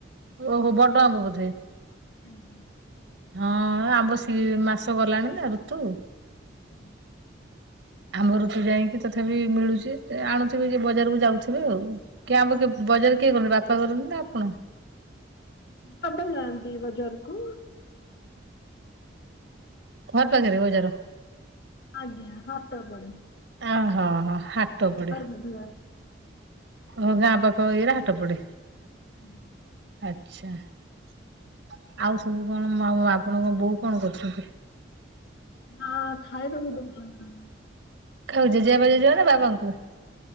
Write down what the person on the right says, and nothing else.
ଓହୋ ବଡ ଆମ୍ବ ବୋଧେ?
ହଁ ଆମ୍ବ ସି ମାସ ଗଲାଣି ନା ଋତୁ।
ଆମ୍ଭ ଋତୁ ଯାଇକି ତଥାପି ମିଳୁଛି ଆଣୁଥିବେ ଯେ ବଜାରକୁ ଯାଉଥିବେ ଆଉ, କି ଆବ କେ ବଜାର କିଏ ଗଲେ ବାପା କରନ୍ତି ନା ଆପଣ?
ଘର୍ ପାଖରେ ବଜାର?
ଆ -ହ -ହ ହାଟ ପଡ଼େ।
ଓ ଗାଁ ପାଖ ଏଇରା ହାଟ ପଡେ।
ଆଚ୍ଛା, ଆଉ ସବୁ କଣ ଆପଣଙ୍କ ବୋଉ କଣ କରୁଛନ୍ତି?
କାଉ ଜେଜେବାପା ଜେଜେମା ନା ବାବାଙ୍କୁ?